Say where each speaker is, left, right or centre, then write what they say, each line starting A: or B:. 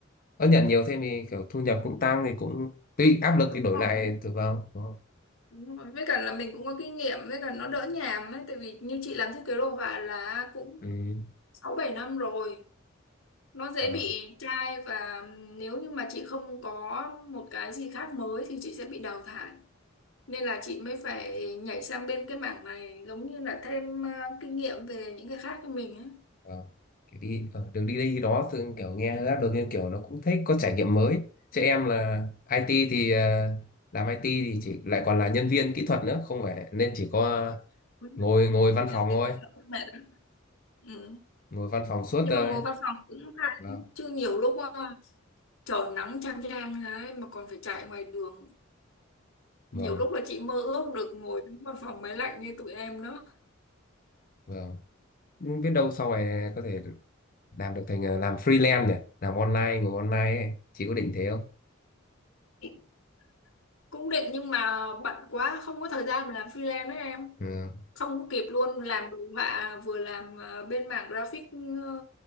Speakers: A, on the left; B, on the left.
A: Ở nhận nhiều thêm thì kiểu thu nhập cũng tăng thì cũng tuy áp lực
B: Đúng
A: thì đổi
B: không?
A: lại thì vâng. đúng không?
B: Đúng rồi. Với cả là mình cũng có kinh nghiệm, với cả nó đỡ nhàm ấy. Tại vì như chị làm thiết kế đồ họa là cũng
A: Ừ.
B: sáu bảy năm rồi. Nó dễ
A: Vâng.
B: bị chai và nếu như mà chị không có một cái gì khác mới thì chị sẽ bị đào thải. Nên là chị mới phải nhảy sang bên cái mảng này giống như là thêm ờ, kinh nghiệm về những cái khác cho mình ấy.
A: Ờ, kiểu đi ờ, đường đi đi đó thường kiểu nghe rap được nhưng kiểu nó cũng thích có trải nghiệm mới chứ em là IT thì ờ, làm IT thì chỉ lại còn là nhân viên kỹ thuật nữa không phải nên chỉ có
B: Ừ.
A: ngồi ngồi
B: Nên
A: văn phòng
B: vì
A: thôi
B: cái thợ của mẹ ừ.
A: ngồi văn phòng suốt
B: nhưng
A: thôi
B: mà ngồi văn phòng cũng hay
A: vâng
B: chứ nhiều lúc ờ, trời nắng chang chang đấy mà còn phải chạy ngoài đường
A: vâng
B: nhiều lúc là chị mơ ước được ngồi trong văn phòng máy lạnh như tụi em nữa
A: vâng Nhưng biết đâu sau này có thể làm được thành ờ, làm freelance nhỉ làm online ngồi online ấy. chị có định thế không
B: Chị cũng định nhưng mà bận quá không có thời gian mà làm freelance đấy em
A: ừ.
B: không có kịp luôn làm đồ họa vừa làm ờ, bên mảng graphic ờ,